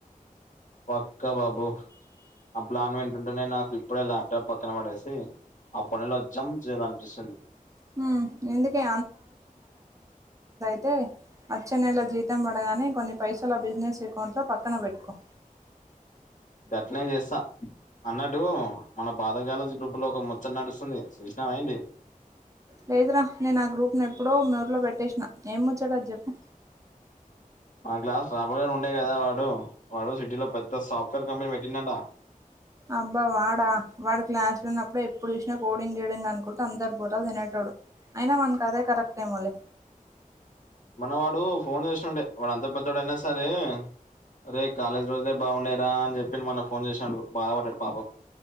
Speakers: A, on the left; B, on the right.
A: పక్క బాబు అ ప్లాన్ వింటుంటునే నాకు ఇప్పుడే ల్యాప్టాప్ పక్కన పడేసి అ పని లో అచ్చం చెలనిపిస్తాది
B: హ్మ్ ఇందుకే తే అచ్చే నెల జీతం పడగానే కొన్ని పైసల బిజినెస్ అకౌంట్లో పక్కన వెట్కో
A: గట్నే చేస్తా అన్నట్టు మన పాతకాలజీ గ్రూప్ లో ఒక ముచ్చట నడుస్తుంది సూష్నవ ఏంటి
B: లేదురా నేను ఆ గ్రూప్ ను ఎప్పుడో మ్యూట్లో పెట్టేసిన ఏం ముచ్చాడు అది చెప్పు
A: మా క్లాస్ రాబోయో ఉండే కదా వాడు వాడు సిటీలో పెద్ద సాఫ్ట్వేర్ కంపెనీ పెట్టిండంట
B: అబ్బ వాడా వాడు క్లాస్లున్నప్పుడే ఎప్పుడు చూసినా కోడింగ్ గిడింగ్ అనుకుంటే అందర్ బుర్ర తినేటోడు అయిన మన్కదే కరెక్ట్ ఏమోలే
A: మనవాడు ఫోన్ చేష్తుండే వాడు అంత పెద్దోడయినా సరే రే కాలేజ్ రోజులేే బాగుండేరా అని చెప్పిన్ మొన ఫోన్ చేసినాడు బాధపడ్డాడు పాపం